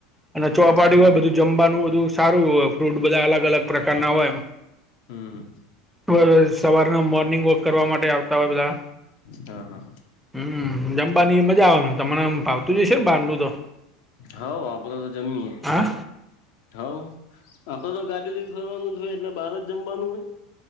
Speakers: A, in the centre; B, on the left.
A: અને ચોપાટી
B: હા
A: હોય બધું. જમવાનું બધું સારું હોય ફ્રૂટ બધા અલગ અલગ પ્રકારના હોય.
B: હમ
A: હવે સવારના મોર્નિંગ વોક કરવા માટે આવતા હોય બધા.
B: હા હા.
A: હમ જમવાની મજા આવે એમ તમમ ફાવતું જશે મ બહારનું તો.
B: હોવ આપણે તો જમીએ
A: હા
B: હવ આપ તો ગાડી લઈ. ફરવાનું જ હોય એટલે બાર જમવાનું હોય.